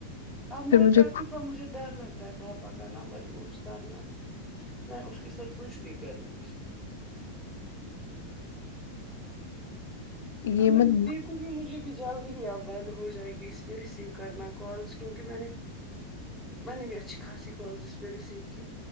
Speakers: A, in the centre; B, on the left.
A: اب میں
B: پھر مجھے
A: کرتی پر مجھے ڈر لگ تا پاپا کا نام مریوز کرنا میں اس کے ساتھ کچھ نہیں کروں گی
B: یہ
A: ا میں
B: مت
A: د کو بھی مجے بھی جلدی ہی اب بند ہو جائے گی اس پہ ریسیو کرنا کالس کیونکہ میں نے ونے بھی میں اچھی خاصال جس پ رسسیو کی